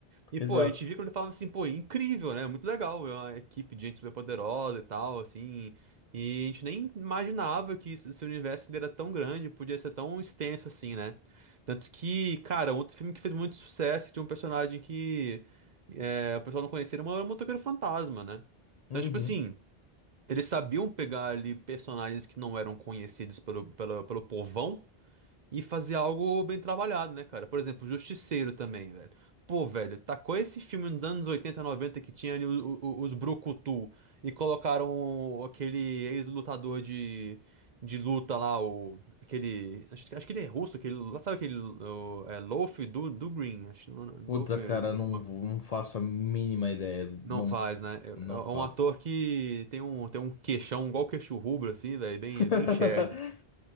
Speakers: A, on the right (about 50°); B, on the left (about 50°).
A: e,
B: Exato.
A: pô, a gente viu que ele falava assim, pô, é incrível, né? Muito legal, é uma equipe de gente super poderosa e tal, assim. E a gente nem imaginava que isso- esse universo ele era tão grande, podia ser tão extenso assim, né? Tanto que, cara, outro filme que fez muito sucesso, tinha um personagem que é, o pessoal não conhecia, era uma- era um motoqueiro fantasma, né?
B: Uhum.
A: Então, tipo assim, eles sabiam pegar ali personagens que não eram conhecidos pelo, pelo, pelo povão e fazer algo bem trabalhado, né, cara? Por exemplo, Justiceiro também, velho. Pô, velho, tacou esse filme nos anos 80 90 que tinha ali o- o- os Brucutu e colocaram aquele ex-lutador de, de luta lá, o, aquele. Acho, acho que ele é russo, aquele. Sabe aquele. o- é, Loaf do, do Green? Acho, não- não-
B: Puta,
A: Loaf
B: cara,
A: alguma.
B: não, não faço a mínima ideia.
A: Não
B: Não,
A: faz, né?
B: não
A: É é um
B: faço.
A: ator que tem um, tem um queixão, igual queixo rubro, assim, velho, bem,
B: <laughs>
A: bem shed, assim.